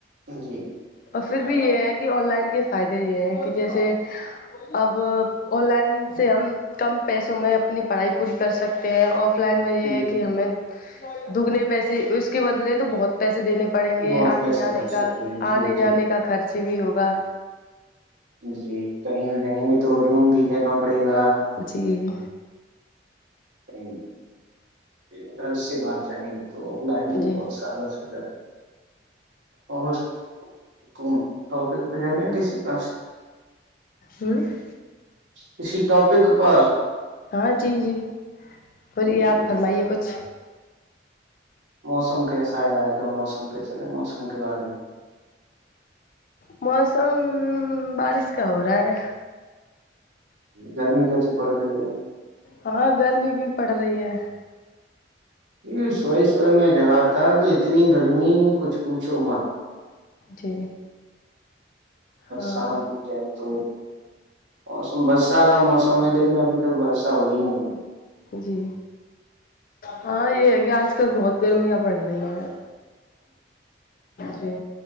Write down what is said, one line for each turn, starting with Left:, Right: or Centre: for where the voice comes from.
Right: جی <unintelligible>
Left: اور پھر بھی یہ ہے کہ آن لائن کے فائدے یہ ہیں کہ جیسے اب آن لائن سے ہم کم پیسوں میں اپنی پڑھائی پوری کر سکتے ہیں اور پلان میں یہ ہے
Right: جی
Left: کہ ہمیں دگنے پیسے اس کے بدلے تو بہت پیسے دینے پڑیں گے
Right: بہت
Left: آنے
Right: پیسے
Left: جانے
Right: کر
Left: کا
Right: سکتے ہیں جی
Left: آنے جانے
Right: جی
Left: کا خرچ بھی ہوگا
Right: جی کہیں گیں گے تو روم بھی لینا پڑے گا
Left: جی <unintelligible>
Right: حیح اگر سے بات جائیں گی تو آن لائن میں
Left: جی
Right: بہت سارا سوھا ہے اور کو ٹاپک پجا لیں کسی پاس
Left: ہوں <unintelligible>
Right: کسی ٹاپک پر
Left: ہاں جی جی بولیے
Right: جی
Left: آپ فرمائیے کچھ
Right: موسم کیسا ہے آج کل موسم پہ چلے موسم کے بارے میں
Left: موسم بارش کا ہو رہا ہے
Right: گرمی میں کیسی پڑے رہی ہے
Left: ہاں گرمی بھی پڑ رہی ہے
Right: یہ سوی سوی میں جگاتا تو اتنی گرمی کچھ پوچھو مت
Left: جی ہاں
Right: سام تو موسم برسا کا موسم ہے لیکن ابھی تک برسا وہی نہیں ہے
Left: جی ہاں یہ ہے کہ آج کل بہت گرمیاں پڑ رہی ہیں جی